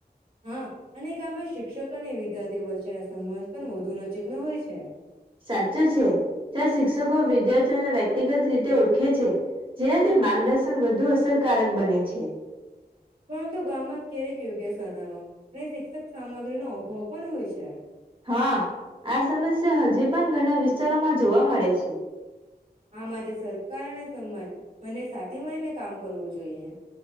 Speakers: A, on the right; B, on the right.
A: હા, અને ગામમાં શિક્ષકો અને વિદ્યાર્થીઓ વચ્ચેના સંબંધ પણ વધુ નજીકના હોય છે.
B: સાચું છે. જ્યાં શિક્ષકો વિદ્યાર્થીઓને વ્યક્તિગત રીતે ઓળખે છે, જેનાથી માર્ગદર્શન વધુ અસરકારક બને છે.
A: પરંતુ ગામમાં ક્યારેક યોગ્ય સાધનો અને શિક્ષક સામગ્રીનો અભાવ પણ હોય છે
B: હા આ સમસ્યા હજી પણ, ઘણા વિસ્તારોમાં જોવા મળે છે.
A: આ માટે, સરકાર અને સમાજ બંને સાથે મળીને કામ કરવું જોઈએ.